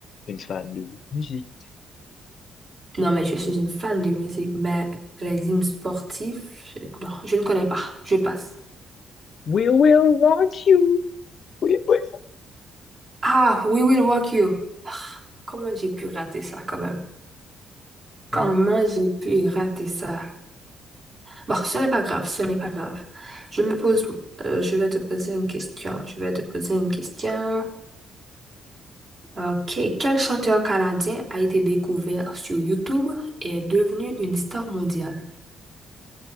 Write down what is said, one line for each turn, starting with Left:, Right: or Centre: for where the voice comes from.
Left: une fan de musique.
Right: Non, mais je suis une fan de musique, mais les hymnes sportifs, je- non, je ne connais pas. Je passe.
Left: We will rock you. We will.
Right: Ah, We Will Rock You. Ah, Comment j'ai pu rater ça quand même? Comment
Left: Hmm.
Right: j'ai pu rater ça? Bon, ce n'est pas grave, ce n'est pas grave. Je me pose, euh, je vais te poser une question. Je vais te poser une question. Ok. Quel chanteur canadien a été découvert sur YouTube et est devenu une star mondiale?